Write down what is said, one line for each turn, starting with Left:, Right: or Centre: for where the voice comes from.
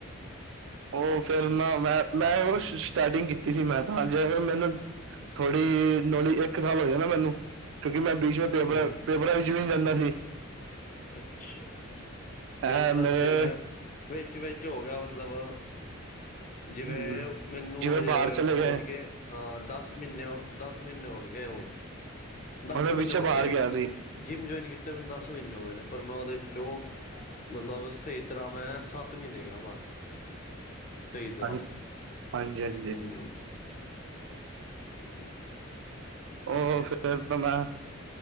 Right: ਉਹ ਫਿਰ
Left: ਅੱਛਾ
Right: ਨਾ, ਮੈਂ ਮੈਂ, ਉਹ ਸਟਾਰਟਿੰਗ ਕੀਤੀ ਸੀ, ''ਮੈਂ ਤਾਂ, ਜੇ ਮੈਨੂੰ ਥੋੜੀ, ਨੌਲੀ ਇੱਕ ਸਾਲ ਹੋ ਜਾਨਾ ਮੈਨੂੰ। ਕਿਉਂਕਿ ''ਮੈਂ ਬੀਚ ਮੇਂ, ਪੇਪਰ,
Left: ਹਮ
Right: ਪੇਪਰਾਂ ਵਿੱਚ ਵੀ ਜਾਂਦਾ ਸੀ।
Left: ਅੱਛਾ,
Right: ਇਹ
Left: ਪੇਪਰਾ
Right: ਮੇਰੇ
Left: ਆਸਤੇ ''ਮੈਂ ਵਿੱਚ-ਵਿਚ ਹੋਗਿਆ, ਮਤਲਬ ਜਿਵੇਂ
Right: ਹਮ,
Left: ਮੈਨੂੰ
Right: ਜਿਵੇਂ
Left: ਹਜੇ,
Right: ਬਾਹਰ ਚਲੇ ਗਏ
Left: ਹੋਣਗੇ ਹਾਂ, ਦੱਸ ਮਹੀਨੇ, ਦੱਸ ਮਹੀਨੇ ਹੋਣਗੇ, ਹੁਣ। ਦਸ
Right: ਹੁਣ ਮੈਂ
Left: ਮਹੀਨੇ
Right: ਪਿੱਛੇ
Left: ਹੋ ਗਏ
Right: ਬਾਹਰ
Left: ਨੇ,
Right: ਗਿਆ ਸੀ
Left: ਜਿੰਮ ਜੁਆਇਨ ਕੀਤੇ ਨੇ ਦੱਸ ਮਹੀਨੇ ਹੋ ਗਏ ਨੇ, ਪਰ ''ਮੈਂ ਉਹਦੇ ਵਿੱਚੋਂ ਮਤਲਬ, ਸਹੀ ਤਰ੍ਹਾਂ ਮੈਂ ਸੱਤ-ਮਹੀਨੇ ਗਿਆਂ ਬਸ। ਸਹੀ ਤਰ੍ਹਾਂ,
Right: ਹਾਂਜੀ ਹਾਂਜੀ ਹਾਂਜੀ
Left: ਹੂੰ। ਪੰਜੀ
Right: ਉਹ ਫੇਰ ਤਾਂ, ਮੈਂ